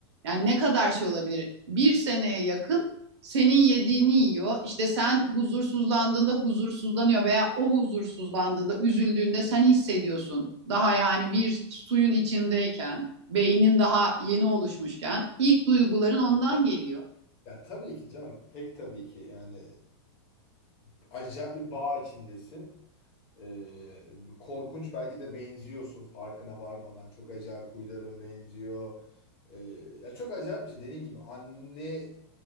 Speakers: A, on the right; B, on the left.
A: Yani ne kadar şey olabilir? Bir seneye yakın senin yediğini yiyor. İşte sen huzursuzlandığında huzursuzlanıyor veya o huzursuzlandığında, üzüldüğünde sen hissediyorsun. Daha yani bir suyun içindeyken, beynin daha yeni oluşmuşken ilk duyguların ondan geliyor.
B: Ya tabii ki canım pek tabii ki yani e, acayip bir bağ içindesin. E, korkunç belki de benziyorsun farkına varmadan. Çok acayip huyların benziyor. E, ya çok acayip bir şey. Dediğin gibi anne